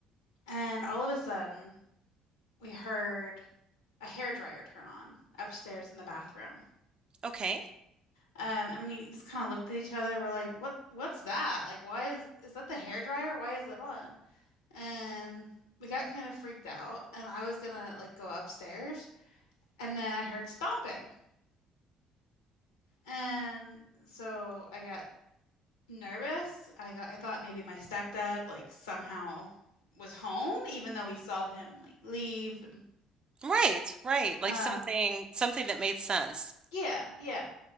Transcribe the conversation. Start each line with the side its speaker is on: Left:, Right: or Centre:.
Left: And all of a sudden, we heard a hairdryer turn on upstairs in the bathroom.
Right: okay.
Left: Um, and we just kind of looked at each other. We're like, "What? What's that? Like, why is is that the hairdryer? Why is it on?" And we got kind of freaked out. And I was gonna like go upstairs, and then I heard stomping. And so I got nervous. I got I thought maybe my stepdad like somehow was home, even though we saw him like leave and
Right: Right, right. Like
Left: um
Right: something something that made sense.
Left: yeah, yeah.